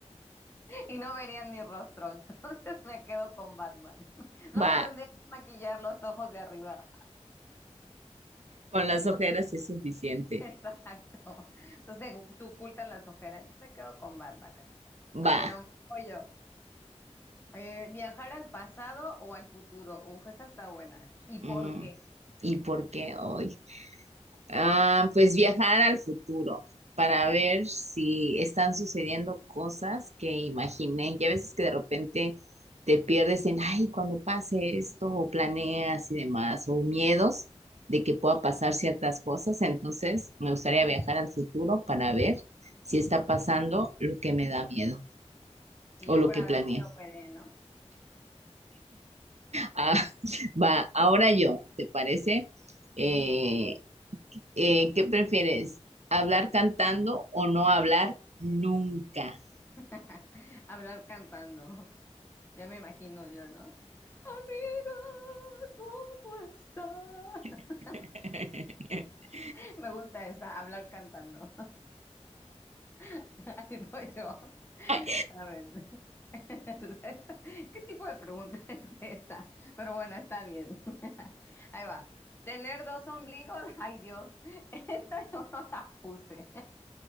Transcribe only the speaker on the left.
y no verían mi rostro, <laughs> entonces me quedo con Batman. <laughs> No
me tendría que maquillar los ojos de arriba.
<laughs> Exacto. Entonces se ocultan las ojeras. Me quedo con Batman, amiga. A
ver, un poco yo Eh, ¿viajar al pasado o al futuro? Uf, esta está buena. ¿Y por
qué?
Y
yo
para
ver si me operé, ¿no?
<laughs>
Ujú.
<laughs> Hablar cantando. Ya me imagino yo, ¿no? Amiga, ¿cómo estás?
<laughs> Me gusta esa, hablar cantando. <laughs> Ahí voy yo.
A ver. <laughs> ¿Qué tipo de pregunta <laughs> es esa? Pero bueno, está bien. <laughs> Ahí va. ¿Tener dos ombligos? <laughs> Ay, Dios. Esta yo no la puse.